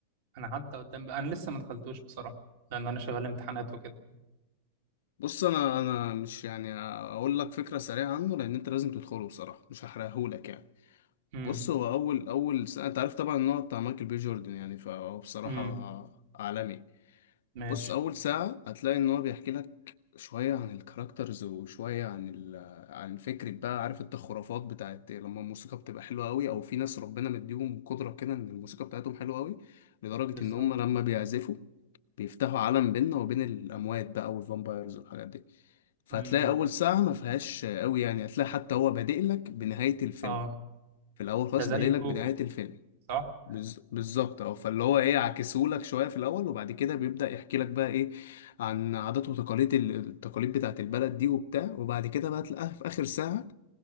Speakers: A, on the right; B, on the left.
A: انا عدى قدام بقى. انا لسه ما دخلتوش بصراحه لان انا شغال امتحانات وكده
B: بص انا انا مش يعني اقول لك فكره سريعه عنه لان انت لازم تدخله بصراحه مش هحرقهولك يعني
A: امم
B: بص هو اول اول سنة انت عارف طبعا ان هو بتاع مايكل بي جوردن يعني فهو بصراحه
A: امم
B: عالمي
A: ماشي
B: بص اول ساعه هتلاقي ان هو بيحكي لك شويه عن الكاركترز وشويه عن ال عن فكره بقى عارف انت الخرافات بتاعت لما الموسيقى بتبقى حلوه قوي او في ناس ربنا مديهم قدره كده ان الموسيقى بتاعتهم حلوه قوي لدرجه
A: بالظبط
B: ان هم لما بيعزفوا بيفتحوا عالم بيننا وبين الاموات بقى والفامبايرز والحاجات دي فهتلاقي
A: امم
B: اول ساعه ما فيهاش قوي يعني هتلاقي حتى هو بادئ لك بنهايه الفيلم
A: اه
B: في الاول خالص
A: ده زي
B: بادئ لك
A: كوكو
B: بنهايه الفيلم
A: صح
B: بز- بالظبط اه فاللي هو ايه عكسهولك شويه في الاول وبعد كده بيبدا يحكي لك بقى ايه عن عادات وتقاليد ال- التقاليد بتاعت البلد دي وبتاع وبعد كده بقى تلاقيها في اخر ساعه